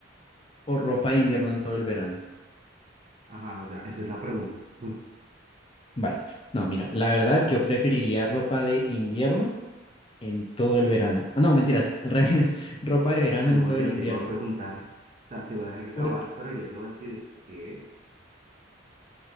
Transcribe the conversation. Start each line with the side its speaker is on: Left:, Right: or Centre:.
Left: o ropa de invierno en todo el verano.
Right: Ajá, o sea, esa es la pregunta. Mm,
Left: Vale. No, mira, la verdad yo preferiría ropa de invierno en todo el verano. Ah, No, mentiras, al revés, <laughs> ropa de verano
Right: No,
Left: en todo
Right: ya
Left: el invierno.
Right: te iba a preguntar. O sea, se va a dejar que acabaras,
Left: Por-
Right: pero ya te iba a decir, ¿qué?